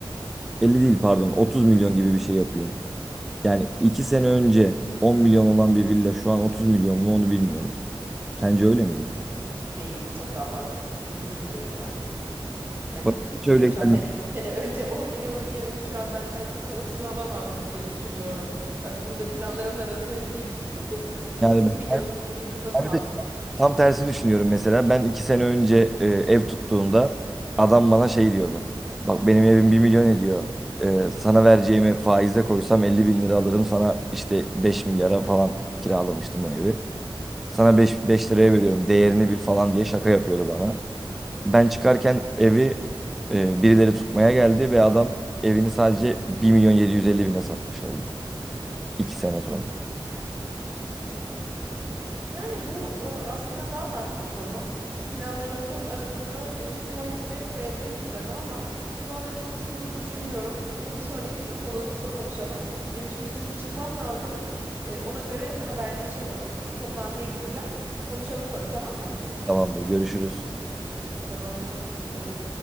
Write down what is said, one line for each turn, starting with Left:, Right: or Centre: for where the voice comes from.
Centre: 50 değil pardon 30 milyon gibi bir şey yapıyor. Yani 2 sene önce 10 milyon olan bir villa şu an 30 milyon mu onu bilmiyorum. Sence öyle midir?
Right: değildir. Çok daha fazladır. Mümkün değil yani. Yani
Centre: Bana hiç
Right: benim
Centre: öyle
Right: şahsen
Centre: gelmiyor.
Right: iki sene önce 10 milyonluk evimi şu an benden kimse 30'a alamazdı diye düşünüyorum. Bak bunu da planlarımın arasına ezeyim. <laughs>
Centre: Yani
Right: otuz
Centre: ben,
Right: milyonluk bir villa satın al.
Centre: ben Tam tersi düşünüyorum mesela. Ben iki sene önce e, ev tuttuğumda adam bana şey diyordu. Bak benim evim bir milyon ediyor. E, sana vereceğimi faize koysam 50 bin lira alırım. Sana işte 5 milyara falan kiralamıştım o evi. Sana 5 5 liraya veriyorum değerini bil falan diye şaka yapıyordu bana. Ben çıkarken evi e, birileri tutmaya geldi ve adam evini sadece bir milyon yedi yüz elli bine satmış oldu. 2 sene sonra.
Right: Yani bu e, aslında daha farklı bir konu. Planlarımızın arasında e, faizi de koyabiliriz tabii ama şu an açıkçası bunu düşünmüyorum. Bunu bir sonraki konumuzda konuşalım. Benim şimdi çünkü çıkmam lazım. E, ona göre haberleşelim. Bir toplantıya gireceğim. Konuşalım sonra tamam mı?
Centre: Tamamdır görüşürüz.
Right: Tamamdır. Görüşürüz.